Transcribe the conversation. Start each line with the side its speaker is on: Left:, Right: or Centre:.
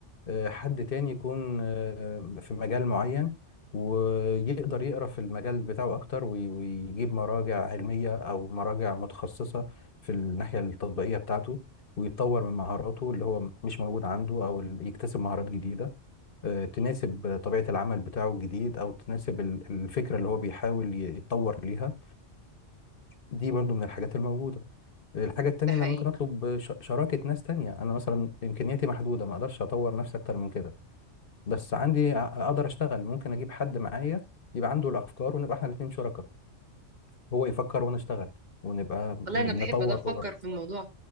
Left: آه، حد تاني يكون آه، في مجال معين ويقدر يقرا في المجال بتاعه اكتر وي- ويجيب مراجع علميه او مراجع متخصصه في الناحيه التطبيقيه بتاعته ويطور من مهاراته اللي هو مش موجود عنده او ال- يكتسب مهارات جديده آه، تناسب طبيعه العمل بتاعه الجديد او تناسب ال- الفكره اللي هو بيحاول يتطور ليها دي برضو من الحاجات الموجوده الحاجة التانية
Right: ده حقيقي
Left: أنا ممكن أطلب ش- شراكة ناس تانية أنا مثلا إمكانياتي محدودة ما أقدرش أطور نفسي أكتر من كده بس عندي ع- اقدر اشتغل ممكن اجيب حد معايا يبقى عنده الافكار ونبقى احنا الاثنين شركاء هو يفكر وانا اشتغل ونبقى
Right: والله
Left: م-
Right: انا بحب
Left: نطور
Right: ده افكر
Left: برضه
Right: في الموضوع